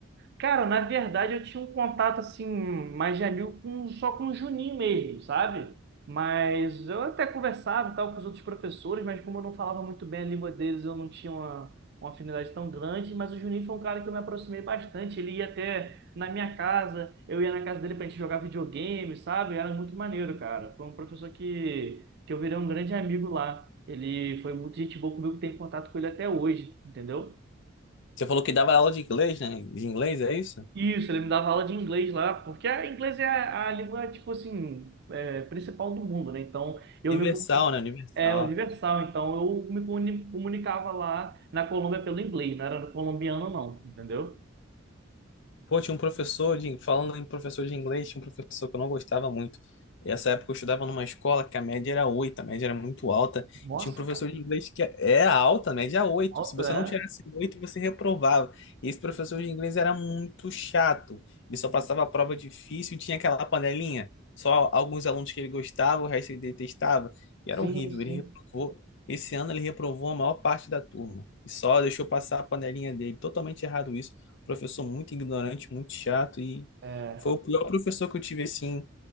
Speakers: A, on the right (about 55°); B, on the left (about 65°).
A: Cara, na verdade eu tinha um contato assim, mais de amigo com, só com o Juninho mesmo, sabe? Mas eu até conversava e tal com os outros professores, mas como eu não falava muito bem a língua deles, eu não tinha uma, uma afinidade tão grande. Mas o Juninho foi um cara que eu me aproximei bastante. Ele ia até na minha casa, eu ia na casa dele pra gente jogar videogame, sabe? Era muito maneiro, cara. Foi um professor que, que eu virei um grande amigo lá. Ele foi muito gente boa comigo, tenho contato com ele até hoje, entendeu?
B: Você falou que dava aula de inglês, né? De inglês, é isso?
A: Isso, ele me dava aula de inglês lá, porque a- inglês é a, a língua, tipo assim, é, principal do mundo, né? Então, eu
B: Universal,
A: me, comu-
B: né? Universal.
A: é universal, então eu me comuni- comunicava lá na Colômbia pelo inglês, não era colombiano não, entendeu?
B: Pô, tinha um professor de, falando em professor de inglês, tinha um professor que eu não gostava muito. Essa época eu estudava numa escola que a média era oito a média era muito alta,
A: Nossa,
B: e tinha um professor
A: cara,
B: de inglês que é alta, a média é oito
A: alta,
B: Se você
A: é?
B: não tirasse 8 você reprovava. E esse professor de inglês era muito chato. Ele só passava a prova difícil, tinha aquela panelinha, só alguns alunos que ele gostava, o resto ele detestava, e
A: Sim,
B: era horrível.
A: sim,
B: Ele reprovou. Esse ano ele reprovou a maior parte da turma. E só deixou passar a panelinha dele. Totalmente errado isso. Professor muito ignorante, muito chato e
A: é,
B: foi o pior professor que eu tive assim